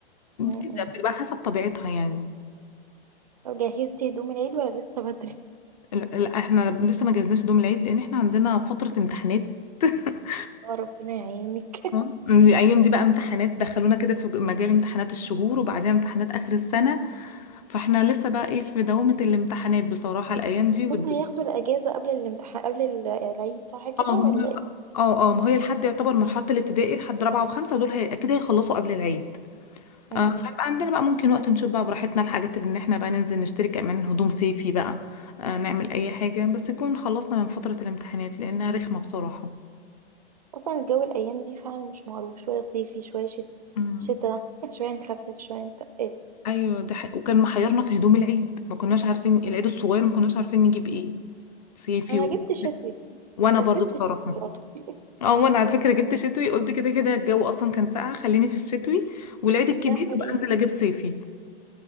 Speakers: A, on the right; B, on the left.
A: مم.
B: كده بتبقى حسب طبيعتها يعني
A: طب جهزتي هدوم العيد ولا لسه بدري؟
B: لا لا، احنا لسه ما جهزناش دوم العيد لان احنا عندنا فترة امتحانات <laughs>
A: اه ربنا يعينك <laughs>
B: آه. الايام دي بقى امتحانات دخلونا كده في مجال امتحانات الشهور وبعديها امتحانات اخر السنة فاحنا لسه بقى ايه في دوامة الامتحانات بصراحة الايام دي
A: بس
B: والد-
A: هم هياخدوا الأجازة قبل الامتحان قبل ال- العيد صح كده
B: اه هم
A: ولا ايه
B: اه اه ما هي لحد يعتبر مرحلة الابتدائي لحد رابعة وخمسة دول هي اكيد هيخلصوا قبل العيد
A: مهم.
B: آه، فيبقى عندنا بقى ممكن وقت نشوف بقى براحتنا الحاجات اللي ان احنا بقى ننزل نشتري كمان هدوم صيفي بقى آه، نعمل اي حاجة بس يكون خلصنا من فترة الامتحانات لانها رخمة بصراحة
A: أصلا الجو الأيام دي فعلا مش معروف شوية صيفي شوية شت...
B: مم.
A: شتا <laughs> شوية نخفف شوية نتقل
B: ايوه ده حق. وكان محيرنا في هدوم العيد ما كناش عارفين العيد الصغير ما كناش عارفين نجيب ايه صيفي
A: أنا
B: و...
A: جبت شتوي
B: <laughs> وانا
A: لبست
B: برضو بصراحة
A: شتوي على طول
B: اه وانا على فكرة جبت شتوي قلت كده كده الجو اصلا كان ساقع خليني في الشتوي والعيد الكبير
A: ده حقيقي
B: بقى انزل اجيب صيفي